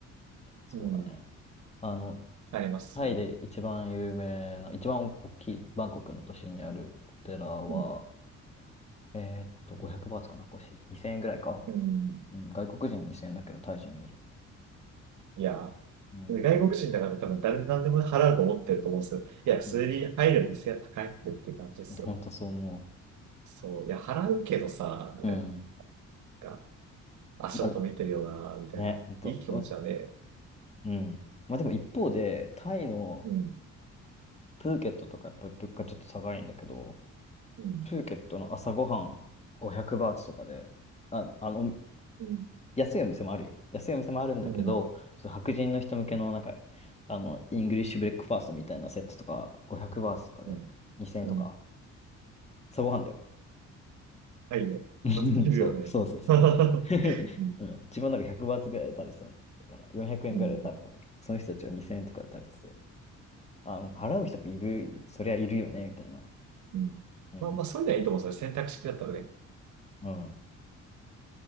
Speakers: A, on the left; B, on the right.
A: そうだね。
B: うん、
A: あの、
B: なりますよね。
A: タイで一番有名な、一番大きいバンコクの都心にあるお寺は、
B: うん、
A: えーっと、500バーツかな、腰。2000円ぐらいか。
B: うん。
A: うん、外国人2000円だけど、タイ人無料。
B: いや、
A: うん、
B: 外国人だから多分誰で何でも払うと思ってると思うんですけど、いや、普通に入る店は高いってって感じですよね。
A: うん。ほんとそう思
B: そう。いや、払うけどさ、みたいな。
A: う。うん。
B: なんか足元見てるよな、
A: まあ、
B: みたいな。
A: ね、ほんと。
B: いい気持ちだね。
A: うん。まあでも一方で、タイの
B: うん、
A: プーケットとかやっぱり物価ちょっと高いんだけど、
B: うん、
A: プーケットの朝ごはん500バーツとかで、あ、あの、
B: うん、
A: 安いお店もあるよ。安いお店もあるんだけど、
B: うん、
A: そう白人の人向けのなんか、あの、イングリッシュブレックファーストみたいなセットとか、500バーツとかで2000円とか、
B: うん、うん。
A: 朝ごはんだよ。
B: はいよ。
A: <laughs>
B: まず切るよね。
A: そう、そうそうそう。
B: <laughs>
A: <laughs>
B: うん、
A: うん、自分なんか100バーツぐらいで食べてたんだから、400円ぐらいで食べたんだけど、
B: うん。
A: その人たちは2000円とかで食べてて、あ、払う人もいる、そりゃいるよね、みたいな。
B: うん。
A: うん。
B: まあまあ、そういうのはいいと思うんですよ。選択肢だったらね。
A: うん。